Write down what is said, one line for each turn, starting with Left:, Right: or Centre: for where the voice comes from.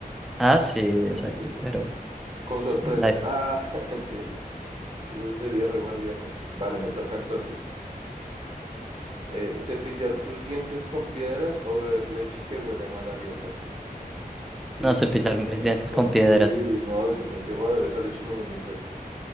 Centre: Ah, sí,
Right: Ah,
Centre: exacto,
Right: sí, ahí sí, ajá.
Centre: pero
Right: con sorpresa.
Centre: las-
Right: Ah, <laughs> mentira. Eso sería re mal viajante. Vale, me toca entonces. Eh, ¿cepillar tus dientes con piedras o beber leche que huele a mal aliento? Ish,
Centre: no cepillar
Right: qué
Centre: mis dientes
Right: asco.
Centre: con piedras.
Right: Sí, no, yo me llego a ver esa leche y me vomito.